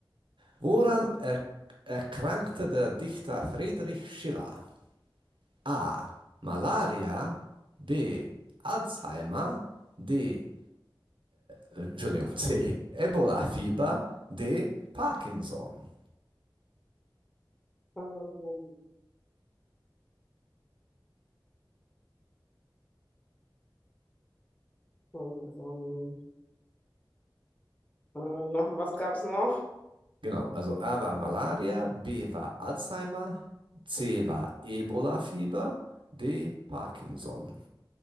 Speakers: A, on the right; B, on the left.
A: Woran er erkrankte der Dichter Friedrich Schiller? A. Malaria. B. Alzheimer. D. Entschuldigung, C. Ebola-Fieber, D. Parkinson.
B: Ähm, ähm, äh, noch, was gab es noch?
A: Genau, also A war Malaria, B war Alzheimer, C war Ebola-Fieber, D. Parkinson.